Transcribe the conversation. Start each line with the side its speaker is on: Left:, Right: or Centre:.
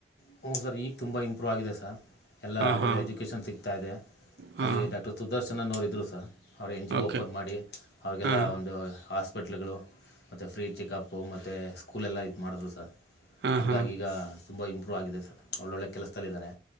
Left: ಹ್ಞೂ ಸರ್ ಈಗ ತುಂಬ ಇಂಪ್ರೂವ್ ಆಗಿದೆ ಸರ್ ಎಲ್ಲ
Right: ಹಾಂ
Left: ಒಳ್ಳೆಯ
Right: ಹಾಂ
Left: ಎಜುಕೇಷನ್ ಸಿಕ್ತಾ ಇದೆ.
Right: ಹಾಂ
Left: ಅಲ್ಲಿ ಡಾಕ್ಟರ್ ಸುದರ್ಶನನ್ ಅವರು ಇದ್ರು ಸರ್ ಅವರು N G
Right: okay
Left: O open ಮಾಡಿ ಅವರಿಗೆಲ್ಲ
Right: ಹಾಂ
Left: ಒಂದು ಆಸ್ ಹಾಸ್ಪಿಟ್ಲ್ಗಳು ಮತ್ತು ಫ್ರೀ ಚೆಕಪ್ಪು ಮತ್ತು ಸ್ಕೂಲೆಲ್ಲ ಇದು ಮಾಡಿದ್ರು ಸರ್
Right: ಹಾಂ
Left: ಹಂಗಾಗಿ
Right: ಹಾಂ
Left: ಈಗ ತುಂಬ ಇಂಪ್ರೂವ್ ಆಗಿದೆ ಸರ್ ಒಳ್ಳೊಳ್ಳೆ ಕೆಲಸದಲ್ಲಿದ್ದಾರೆ